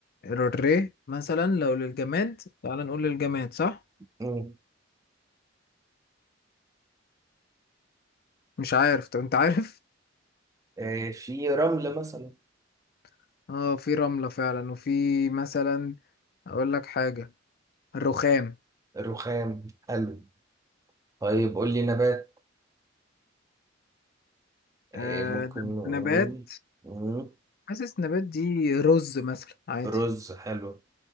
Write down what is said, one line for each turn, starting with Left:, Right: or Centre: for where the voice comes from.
Left: الري مثلا لو للجماد تعالى نقول للجماد صح
Right: مم.
Left: مش عارف طب انت عارف
Right: آه، في رمل مثلا
Left: <laughs> اه في رملة فعلا وفي مثلا اقول لك حاجة الرخام
Right: الرخام حلو طيب قول لي نبات آه،
Left: آه
Right: ممكن
Left: نب-
Right: نقول
Left: نبات
Right: مم.
Left: حاسس نبات دي رز مثلا عادي
Right: رز حلو